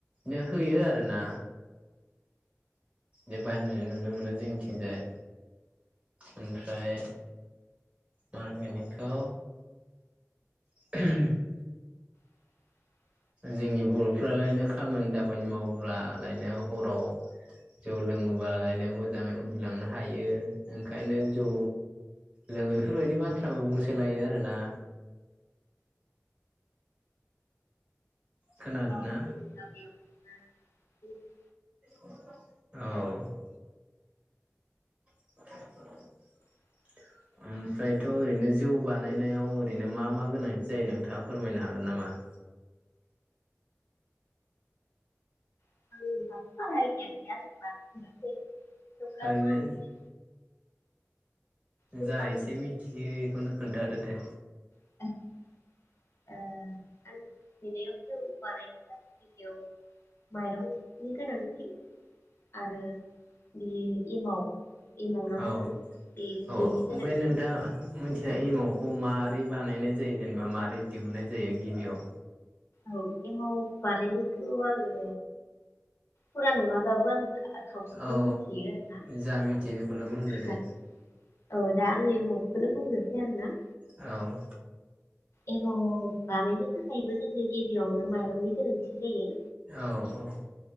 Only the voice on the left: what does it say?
<inaudible>
<unintelligible>
<inaudible>
<unintelligible>
आंनि जौ
बानायनो
थाखाय
<inaudible> ओ आं <unintelligible> जौ बानायनि <unintelligible> माइरंनि गोनांथि आरो बि एमाव एमाव ना
मा होनो बे
बेनि गोनांथि
औ एमाव बानायनोखौ आङो। फुरा नङाबाबो आं खावसेखौ
मिथियो आरोना
दा, औ दा आंनि एमावखौनो बुंनोसै आरो ना,
एमाव बानायनो थाखायबो जोंनि गिबियावनो माइरंनि गोनांथि जायो।